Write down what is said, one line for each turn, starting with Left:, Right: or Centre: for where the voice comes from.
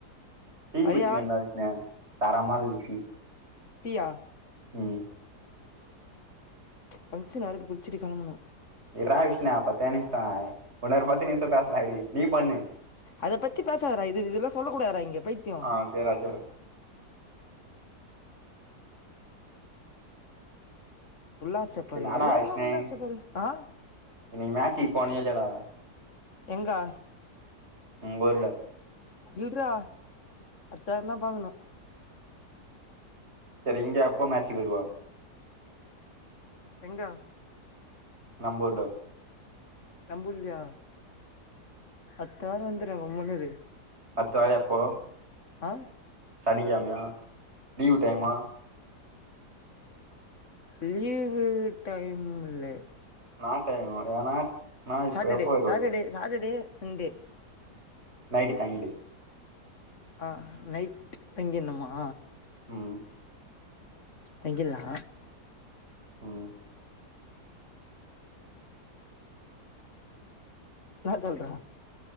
Right: டீ
Left: வரியா
Right: குச்சினன்டா வீட்ன தரமா‌ இருக்குது டீ
Left: டீயா
Right: உம்
Left: ச் பங்க்ஷன் வேற இப்ப குளிச்சிட்டு கெளம்பணும்
Right: இர்ரா விஷ்னு பத்தே நிமிஷ் தா வுன்னோரு பத்து நிமிஷ <unintelligible> இரி நீ பண்ணு
Left: அத பத்தி பேசாதடா இது இதல்லாம் சொல்ல கூடாதுடா இங்க பைத்தியம்
Right: ஆ சேர்ரா சேர்ரா
Left: உல்லாச
Right: இது
Left: பருவ
Right: நானா
Left: எல்லாருமே
Right: பேஸ்னே
Left: உல்லாச பருவ ஆ
Right: இன்னிக்கி மேச்சிக்கு போனியா இல்லயாடா
Left: எங்க
Right: உங்க ஊர்ல
Left: இல்றா அத்த வாரம் தான் பாக்கணும்
Right: செரி இங்க எப்ப மேட்சுக்கு வருவ
Left: எங்க
Right: நம்பூர்ல
Left: நம்பூர்லையா அத்த வாரம் வந்துருவே கம்முனு இரு
Right: அத்த வார எப்போ
Left: ஆஹ்
Right: சனிக்கிழமயா லீவு டைமா
Left: லீவு டைம் இல்லே
Right: நான் டைமு ஏனா நா இப்ப
Left: சாட்டர்டே
Right: எப்ப வருவ
Left: சாட்டர்டே சாட்டர்டே சின்டே
Right: நைட் தங்கிட்டு
Left: ஆ நைட் தங்கிறனுமா
Right: ம்
Left: தங்கியர்ல்லா
Right: உம்
Left: என்னா சொல்ற